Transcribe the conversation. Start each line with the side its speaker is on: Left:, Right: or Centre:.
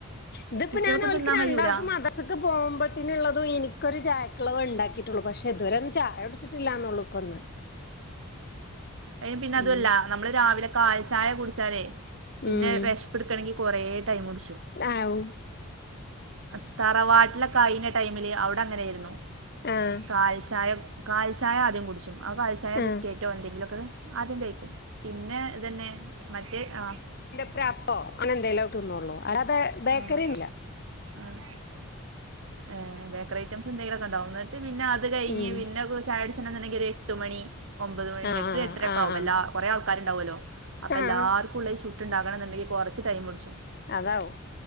Left: ഇതിപ്പോ
Right: കുട്ട്യേൾക്കും
Left: ഞാന് ഓൽക്ക്
Right: തിന്നാൻ
Left: രണ്ടാൾക്ക്
Right: കയ്യൂല
Left: മദ ത്ത്ക്ക് പോകുമ്പോത്തിനുള്ളതും ഇനിക്കൊരു ചായക്കുള്ളതേ ഉണ്ടാക്കിയിട്ടുള്ളൂ. പക്ഷെ ഇതുവരെ ഒന്ന് ചായ കുടിച്ചിട്ടില്ലാന്നള്ളൂ ഇപ്പന്ന്.
Right: അയിന് പിന്നെ അതുഅല്ല
Left: ഉം
Right: നമ്മള് രാവിലെ കാൽച്ചായ കുടിച്ചാലേ. പിന്നെ
Left: ഉം
Right: വെഷപ്പ്ടക്കണെങ്കി കൊറേ ടൈമ് പുട്ച്ചും.
Left: ആവും
Right: അത്തറവാട്ടിലൊക്കായിന ടൈമില് അവിടെ അങ്ങനെയിരുന്നു.
Left: ആഹ്
Right: കാൽച്ചായ. കാൽച്ചായ ആദ്യം കുടിച്ചും. ആ കാൽച്ചായ
Left: ആഹ്
Right: ബിസ്ക്കറ്റോ എന്തെങ്കിലുക്കെ ആദ്യം കഴിക്കും. പിന്നെ ഇതന്നെ മറ്റേ ആ.
Left: ഒരു അപ്പോ അങ്ങനെ എന്തേലോ തിന്നോള്ളൂ. അല്ലാതെ ബേക്കറിന്നുല.
Right: ആഹ് ആഹ് ഏഹ്, ബേക്കറി ഐറ്റംസ് എന്തെങ്കിലുക്കെ ഉണ്ടാവും. ന്നട്ട് പിന്നെ അത് കഴിഞ്
Left: ഉം
Right: പിന്നെ കു ചായുടിച്ച്. ചണംന്നുണ്ടെങ്കി ഒരു എട്ട് മണി ഒമ്പത് മണി
Left: ആഹ്
Right: എട്ട് എട്ടര ഒക്കെ
Left: ആഹ്
Right: ആവും
Left: ആഹ്
Right: എല്ലാ. കൊറെ ആൾക്കാരുണ്ടാവുല്ലോ. അപ്പൊ
Left: ആഹ്
Right: എല്ലാർക്കും ഉള്ളത് ചുട്ടുണ്ടാകണന്നുണ്ടെങ്കി കൊറച്ച് ടൈമ് ട്ച്ചും.
Left: അതാവും.